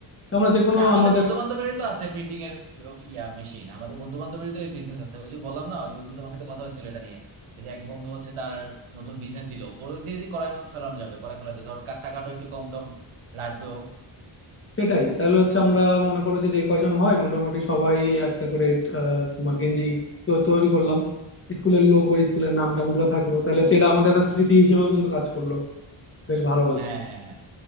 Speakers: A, on the left (about 25°); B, on the right (about 80°).
A: তো আমরা যে কোনো
B: হ্যাঁ আমাদের
A: আমাদের
B: বন্ধু বান্ধবেরই তো আছে প্রিন্টিং এর of ইয়া মেশিন আমাদের বন্ধু বান্ধবেরই তো বিজনেস আছে ওই যে বললাম না ওই যে ওদিন তোমার সাথে কথা হয়েছিল এটা নিয়ে ওই যে এক বন্ধু হচ্ছে তার নতুন বিজনেস দিল ওর দিয়ে দিয়ে করানো ফেলানো যাবে করায় ফেলা যাবে ধরো টাকাটা একটু কম টম রাখবেও
A: সেটাই তাহলে হচ্ছে আমরা মনে করো যে যে কয়জন হয় মোটামুটি সবাই একটা করে আহ, তোমার গেঞ্জি তো তৈরি করলাম স্কুলের লোগো স্কুলের নাম টাম গুলো থাকলো তাহলে হচ্ছে এটা আমাদের একটা স্মৃতি হিসেবেও কিন্তু কাজ করলো বেশ ভালো লাগবে
B: হ্যাঁ হ্যাঁ হ্যাঁ